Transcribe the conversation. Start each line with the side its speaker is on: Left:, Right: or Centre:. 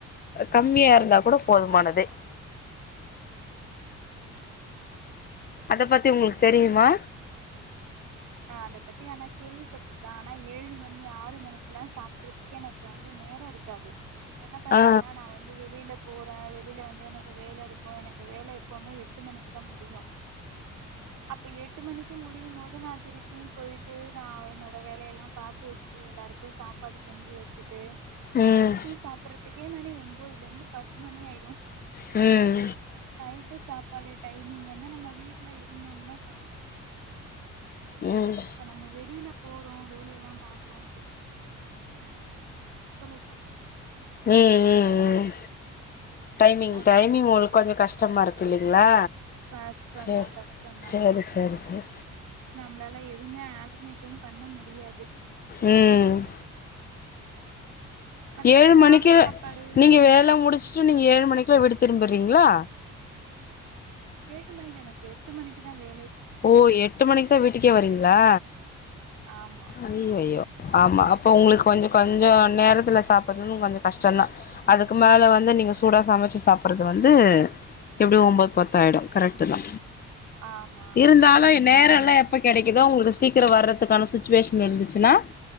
Left: கம்மியா இருந்தா கூட போதுமானது
Right: உம் உம்
Left: அத பத்தி உங்களுக்கு தெரியுமா
Right: ஆஹ் அத பத்தி ஆனா கேள்விப்பட்டிருக்கேன் ஆனா ஏழு மணி ஆறு மணிக்கு எல்லாம் சாப்பிறதுக்கே எனக்கு வந்து நேரம் இருக்காது என்ன பாரத்தீங்கன்னா
Left: ஆ
Right: நான் வந்து வெளியில போறேன் வெளியில வந்து எனக்கு வேலை இருக்கும் எனக்கு வேலை எப்பவுமே எட்டு மணிக்கு தான் முடியும் அப்ப எட்டு மணிக்கு முடியும் போோது நான் திருப்பியும் போயிட்டு நான் என்னோடய வேலையெல்லாம் பார்த்து வச்சுட்டு எல்லாருக்கும் சாப்பாடு செஞ்சு வச்சுட்டு
Left: ம்
Right: திருப்பி சாப்பிடுறது அத்துக்கே மணி ஒன்பதுல இருருந்து பத்து மணி ஆயிடும்
Left: ம்
Right: அதனால நைட் ட்டு சாப்பாடு டைமிங் வந்து நம்ம வீட்டுல இருந்தோம்னா சாப்பிடலாம் ஏழு மணிக்குலாம்
Left: ம்
Right: இப்ப நம்ம வெளியில போகிறோம் வேலையெல்லாம் பார்க்குறோம் அப்படிங்கிறதுனால எனக்கு டைம் வந்து கொஞ்சம் ஒத்துழைக்காது
Left: ம் உம்
Right: கொஞ்சோ கஷ்டோந்தா
Left: ம்
Right: ம் ஏழு
Left: டைமிங்
Right: மணிக்குலா
Left: டைமிங்
Right: சாப்புட்றது
Left: உங்களுக்கு கொஞ்சம் கஷ்டமா இருக்கு இல்லலைங்களா
Right: கஷ்டோந்தா
Left: சரி
Right: கஷ்டோந்தா
Left: சரி சரி சரி
Right: என்னால எதுவுமே ஆல்டர்னேட்டும் பண்ண முடியாது
Left: ம்
Right: ம் மத்தபடி
Left: ஏழு மணிக்கு
Right: கால சாப்பாடு
Left: நீங்க வேல முடிச்சுட்டு
Right: ம்
Left: நீங்க ஏழு மணிக் குலா வீடு திரும்பிறீங்களா
Right: ஏழு மணில எனக்கு எட்டு மணிக்கு தா வே
Left: ஓ எட்டு மணிக்கு தா வீட்டுக்கே வரிங் லா
Right: ஆமா
Left: அயோயோ ஆமா அப்ப உங்களுக்கு கொஞ்ச கொஞ்சோ
Right: ம்
Left: நேரத்துல சாப்பரதுன் கொஞ்ச கஷ்டம்தா அதுக்கு மேல வந்து நீ
Right: கஷ்டம்
Left: சூடா சமச்சு சாப் புறது வந்து எப்படி ஒம்பது பத்தாயிடும் கரெக்ட் தா
Right: ஆமா ஆமா
Left: இருந்தாலு நேர எல்லா எ ப்ப கெடைக்குதா அவுங்களுக்கு சீக்கிரோ வர்றதுக்கான சுச் சுவேஷன் இருந்துச்சுன்னா